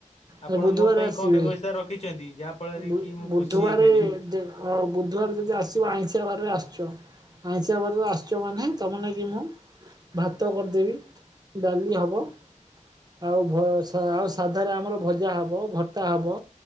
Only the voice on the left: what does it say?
ଆପଣ
ମୋ ପାଇଁ
କଣ ବ୍ୟବସ୍ଥା ରଖିଛନ୍ତି ଯାହା ଫଳରେ
କି ମୁଁ ଖୁସି ହେଇପାରିବି?